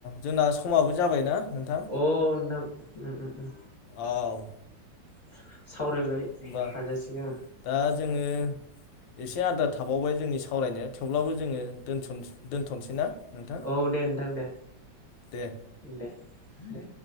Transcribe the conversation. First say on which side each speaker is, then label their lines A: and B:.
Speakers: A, on the left; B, on the left.
A: जोंना समाबो जाबायना नोंथां
B: अ नोंथां उम उम उम
A: औ
B: <unintelligible> सावरायबाय
A: होमबा
B: हाजासे।
A: दा जोङो एसे आद्रा थाबावबाय जोंनि सावरायनाया थेवब्लाबो जोङो' दोनथ'नोसै ना? नोंथां
B: औ दे नोंथां दे
A: दे
B: दे दे